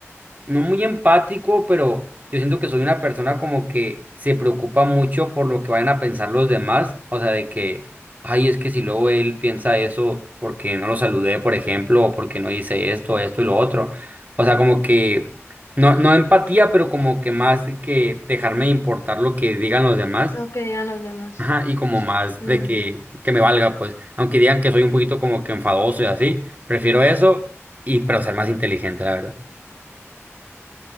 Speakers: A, on the right (about 35°); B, on the left (about 75°).
A: no muy empático, pero yo siento que soy una persona como que se preocupa mucho por lo que vayan a pensar los demás, o sea, de que, ay, es que si luego él piensa eso porque no lo saludé, por ejemplo, o porque no hice esto, esto y lo otro, o sea, como que, no, no empatía, pero como que más de que dejarme importar lo que digan los demás.
B: Lo que digan los demás.
A: Ajá, y como más
B: Mm,
A: de que, que me valga, pues, aunque digan que soy un poquito como que enfadoso y así, prefiero eso y pero ser más inteligente, la verdad.